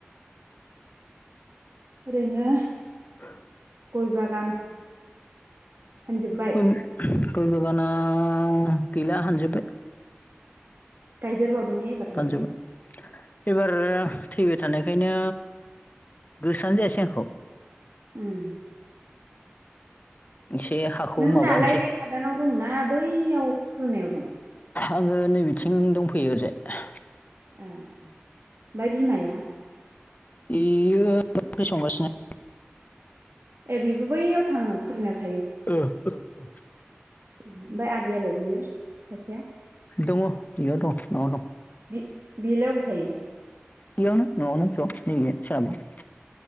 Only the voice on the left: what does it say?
<inaudible>
गय गय बागाना गैला हानजोबबाय।
फानजोब्बाय एबार थैबाय थानायखायनो गोसोआनो जाहोआसै आंखौ।
एसे हाखौ
माबा
होनसै
आङो नै बिथिं दंफैयो ओरोयजाय।
बेयो ओंख्रि संगासिनो
ओ ओओ।
दङ' बेयाव दं न'आव दं।
इयावनो नआवनो ज नैबे सोनाबाव